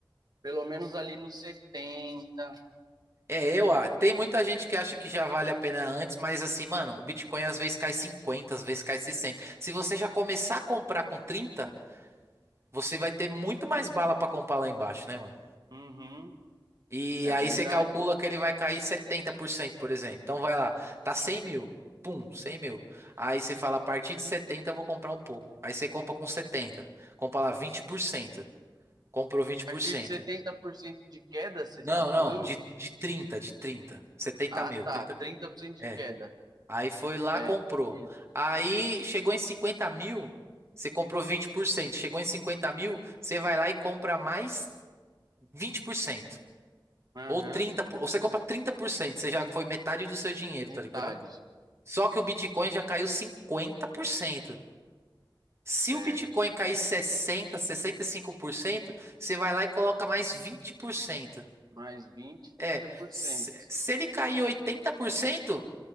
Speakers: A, on the right; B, on the right.
A: Pelo menos ali nos setenta
B: É, eu, ah, tem muita gente que acha que já vale a pena antes, mas assim, mano, o Bitcoin às vezes cai cinquenta às vezes cai sessenta Se você já começar a comprar com trinta você vai ter muito mais bala pra comprar lá embaixo, né, mano?
A: Uhum,
B: E
A: é
B: aí
A: verdade.
B: você calcula que ele vai cair setenta por cento por exemplo. Então vai lá, tá 100 mil. Pum, 100 mil. Aí você fala, a partir de setenta eu vou comprar um pouco. Aí você compra com setenta Compra lá vinte por cento Comprou vinte por
A: A partir
B: cento
A: de 70% de queda, você está
B: Não,
A: falando?
B: não, de, de trinta de trinta 70
A: Ah,
B: mil,
A: tá,
B: 30%.
A: 30% de queda.
B: Aí foi lá,
A: É,
B: comprou.
A: isso.
B: Aí chegou em 50 mil, você comprou 20%. Chegou em 50 mil, você vai lá e compra mais vinte por cento
A: Aham,
B: Ou 30%, ou você compra 30%. você já foi metade do seu dinheiro,
A: metade,
B: tá ligado? Só que o Bitcoin já caiu 50%. Se
A: certo.
B: o Bitcoin cair sessenta, sessenta e cinco por cento, você vai lá e coloca mais 20%.
A: Mais vinte
B: É,
A: trinta por
B: se
A: cento
B: se ele cair oitenta por cento